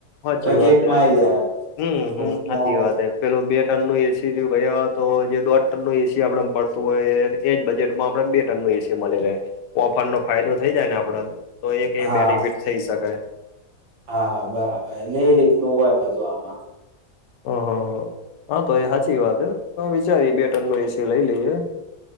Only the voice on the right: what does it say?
બજેટમાં
આ આઈ જાય
એમ ટૂંકમાં
હા
હા હા બરાબર એટલે એ રીતનું હોય બધું આમાં